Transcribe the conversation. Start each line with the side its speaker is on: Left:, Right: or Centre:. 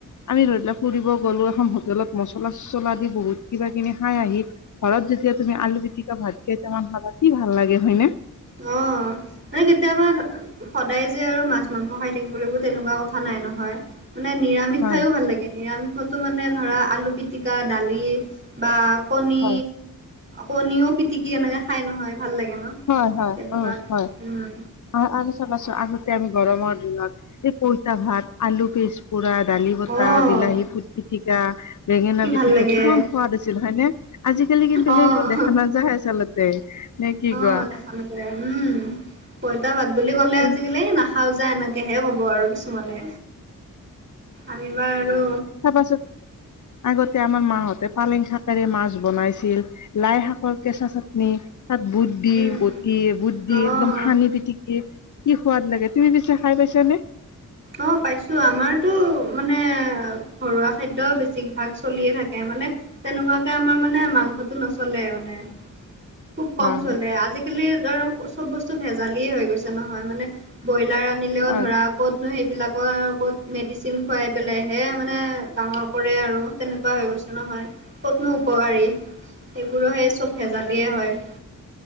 Left: আমি, ধৰি লোৱা ফুৰিব গ'লো এখন হোটেলত, মছলা -চছলা দি, বহুত কিবা কিবি খাই আহি ঘৰত যেতিয়া তুমি, আলু পিটিকা ভাত কেইটামান খাবা, কি ভাল লাগে হয় নে?
Right: অ'! আমি কেতিয়াবা সদায় যে আৰু মাছ মাংস খাই থাকিব লাগিব তেনেকুৱা কথা নাই নহয়। মানে, নিৰামিষ
Left: হয়
Right: খাইও ভাল লাগে! নিৰামিষতো মানে, ধৰা আলু পিতিকা, দালি বা কণী,
Left: হয়
Right: কণীও পিটিকি এনেকে খাই নহয়, ভাল লাগে ন'?
Left: হয়, হয়
Right: তেনেকুৱা
Left: অ হয়।
Right: উম,
Left: আৰু চাবাছো আগতে আমি গৰমৰ দিনত এই পইতা ভাত আলু পেষ্ট কুকুৰা, দালি বতাহ,
Right: অ',
Left: বিলাহী পুত পিতিকা, বেঙেনা
Right: কি
Left: পিটিকা
Right: ভাল লাগে
Left: কিমান সোৱাদ আছিল হয়নে? আজিকালি কিন্তু,
Right: অ',
Left: সেইবোৰ দেখা নাযায় আচলতে। নে কি
Right: অ',
Left: কোৱা?
Right: দেখা উম! পইতা ভাত বুলি ক'লে!
Left: এ,
Right: আজিকালি, নাখা খাওজা এনেকেহে ক'ব আৰু কিছুমানে আমিবা আৰু
Left: চাপাছত আগতে আমাৰ মা'হতে পালেং শাকেৰে মাছ বনাইছিল, লাই শাকৰ কেঁচা চাটনি, তাত বুট দি,
Right: উম,
Left: বটি, বুট দি
Right: অ',
Left: একদম সানি পিটিকি কি সোৱাদ লাগে তুমি পিছে খাই পাইছা নে?
Right: অঁ পাইছো, আমাৰতো মানে ঘৰুৱা খাদ্য বেছিভাগ চলিয়ে থাকে মানে তেনেকুৱাকে আমাৰ মানে মাংসটো নচলে মানে। খুব কম
Left: হয়
Right: চলে, আজিকালি ধৰ চব বস্তু ভেজালিয়ে হৈ গৈছে নহয়, মানে ব্ৰইলাৰ আনিলেও
Left: হয়
Right: ধৰা ক'তনো সেইবিলাকৰ ক'ত মেডিচিন খুৱাই পেলাইহে মানে ডাঙৰ কৰে আৰু তেনেকুৱা হৈ গৈছে নহয়, ক'তনো উপকাৰী সেইবোৰো সেই চব ভেজালিয়ে হয়।